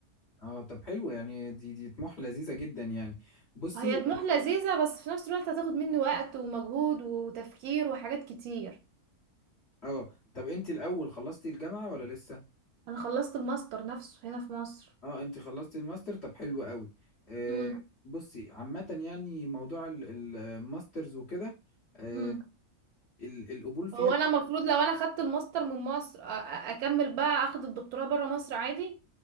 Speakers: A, on the left (about 45°); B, on the right (about 75°).
A: اه طب حلو يعني دي دي طموح لذيذة جدا يعني بصي
B: هي طموح لذيذه بس في نفس الوقت هتاخد مني وقت ومجهود وتفكير وحاجات كتير
A: اه طب انت الاول خلصتي الجامعة ولا لسه
B: انا خلصت الماستر نفسه هنا في مصر
A: اه انت خلصتي الماستر طب حلو قوي آه
B: امم
A: بصي عامة يعني موضوع ال- ال- الماسترز وكده آه
B: امم
A: ال- القبول فيها
B: هو انا المفروض لو انا خدت الماستر من مصر أ... أ- اكمل بقى اخد الدكتوراه بره مصر عادي